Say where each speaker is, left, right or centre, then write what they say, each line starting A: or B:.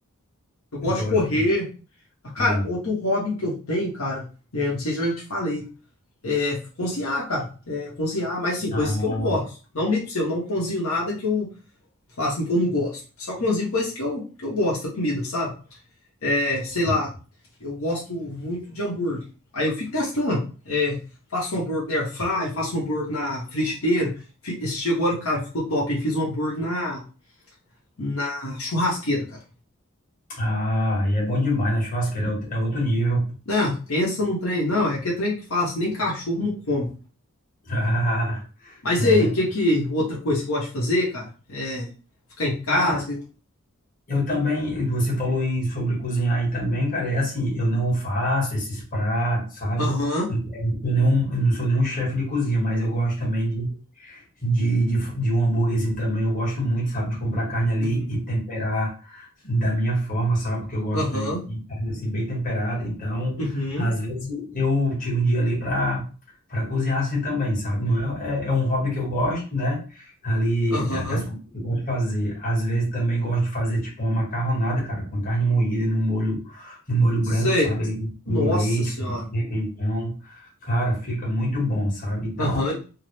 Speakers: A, on the left; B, on the left.
A: eu gosto
B: eu gosto.
A: de correr, Ah, Cara,
B: Hum.
A: outro hobby que eu tenho, cara, é, não sei se eu já te falei, é cozinhar, cara. É, cozinhar, mas sim, coisas
B: Ah,
A: que eu gosto. Não mito seu, eu não cozinho nada que eu falar assim que eu não gosto. Só cozinho coisas que eu, que eu gosto da comida, sabe? É,
B: sim.
A: sei lá, eu gosto muito de hambúrguer. Aí eu fico testando. É, faço um hambúrguer na airfryer, faço um hambúrguer na frigideira. Fi- Esse dia agora, cara, ficou top. Eu fiz um hambúrguer na, na churrasqueira, cara.
B: Ah, e é bom demais na churrasqueira, é outro é outro nível.
A: Não, pensa num trem. Não, é que é trem que fala assim, nem cachorro não come.
B: <laughs> Ah,
A: Mas
B: é,
A: e aí, que que outra coisa que você gosta de fazer, cara? É ficar em casa?
B: cara,
A: que-
B: Eu também, você falou em sobre cozinhar aí também, cara, é assim, eu não faço esses pratos, sabe?
A: Aham,
B: Eu Não sou nenhum, eu não sou nenhum chefe de cozinha, mas eu gosto também de, de, de, de um hambúrguerzinho também, eu gosto muito, sabe, de comprar carne ali
A: uhum,
B: e temperar da minha forma, sabe? Porque eu gosto
A: aham,
B: de carne assim, bem temperada. Então,
A: uhum,
B: às vezes eu tiro um dia ali para para cozinhar assim também, sabe? Não é, é, é um hobby que eu gosto, né? Ali
A: aham.
B: da- das coisas que eu gosto de fazer. Às vezes também gosto de fazer tipo uma macarronada, cara, com carne moída no molho no molho branco,
A: Sei.
B: sabe? Ali
A: Nossa
B: com de leite,
A: senhora.
B: com requeijão. Cara, fica muito bom, sabe? Então,
A: Aham.